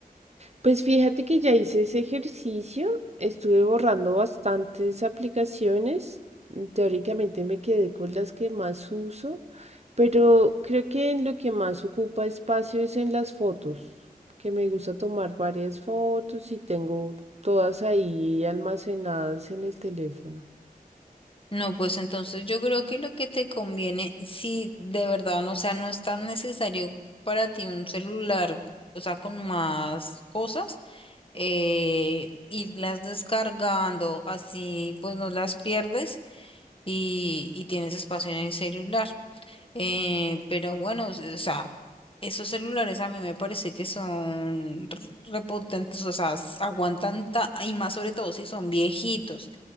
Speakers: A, on the right (about 45°); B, on the left (about 35°).
A: Pues fíjate que ya hice ese ejercicio, estuve borrando bastantes aplicaciones, mm, teóricamente me quedé con las que más uso, pero creo que en lo que más ocupa espacio es en las fotos, que me gusta tomar varias fotos y tengo todas ahí almacenadas en el teléfono.
B: No, pues entonces yo creo que lo que te conviene, si de verdad, no, o sea, no es tan necesario para ti un celular, o sea, con más cosas, eh, irlas descargando, así pues no las pierdes y, y tienes espacio en el celular. Eh, pero bueno, o sea, esos celulares a mí me parece que son r- repotentes, o sea, s- aguantan ta- y más sobre todo si son viejitos.